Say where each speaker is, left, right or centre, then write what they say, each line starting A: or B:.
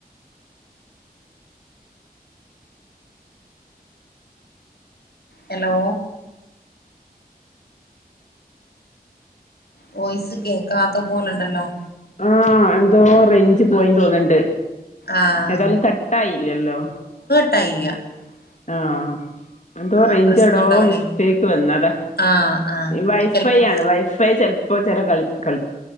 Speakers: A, on the left; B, on the left.
A: ഹലോ വോയിസ് കേൾക്കാത്ത പോലണ്ടല്ലോ
B: ആ എന്തോ റെഞ്ച് പോയ തോന്നണ്ട്
A: ആഹ്
B: ഏതായാലും കട്ടായില്ല ഇല്ലല്ലോ
A: <unintelligible>
B: ആഹ എന്തോറേഞ്ച്
A: ആ പ്രശ്നം
B: എടോ
A: ഉണ്ടാവൂലായിരിക്കും
B: മിസ്റ്റേക്ക് വന്നതാ
A: ആഹ് ആഹ്
B: വൈഫൈ
A: ചെലപ്പോ
B: ആണ് വൈഫൈ ചെ ഇപ്പ ചില കള കള